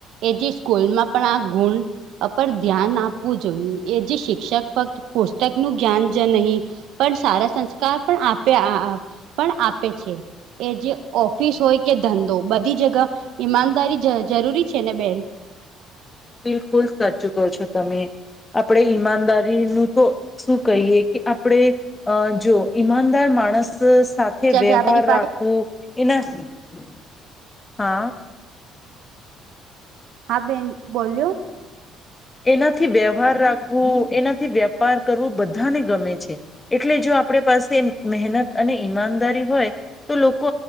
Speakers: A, on the right; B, on the left.
A: એ જે સ્કૂલમાં પણ આ ગુણ અરપ ધ્યાન આપવું જોઈએ એ જે શિક્ષક ફક્ત પુસ્તકનું જ્ઞાન જ નહીં પણ સારા સંસ્કાર પણ આપે આ અ પણ આપે છે. એ જે ઓફિસ હોય કે ધંધો બધી જગ ઈમાનદારી જરૂરી છે ને બેન?
B: બિલકુલ સાચ્ચું કોવ છો તમે. આપણે ઈમાનદારીનું તો શું કહીએ કે આપણે અ જો ઈમાનદાર માણસ સાથે વ્યવહાર
A: વ્યાપારી પાસે
B: રાખવું એના અ
A: હા બેન બોલ્યો
B: એનાથી વ્યવહાર રાખવું એનાથી વેપાર કરવું બધાને ગમે છે એટલે જો આપણે પાસે મહેનત અને ઈમાનદારી હોય તો લોકો